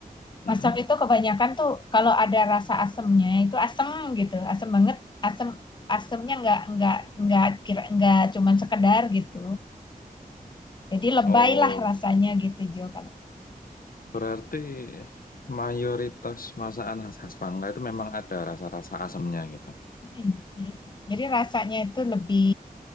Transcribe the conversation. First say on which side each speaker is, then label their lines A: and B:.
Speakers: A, on the left; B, on the left.
A: Mm-mm.
B: Masak itu kebanyakan tuh kalau ada rasa asemnya itu asem gitu, asem banget, asem asemnya nggak nggak nggak kira nggak cuman sekedar gitu. Jadi lebay
A: Oh.
B: lah rasanya gitu Jo kalau.
A: Berarti mayoritas masakan khas-khas Bangka itu memang ada rasa-rasa asamnya gitu.
B: Mm, mm. Jadi rasanya itu lebih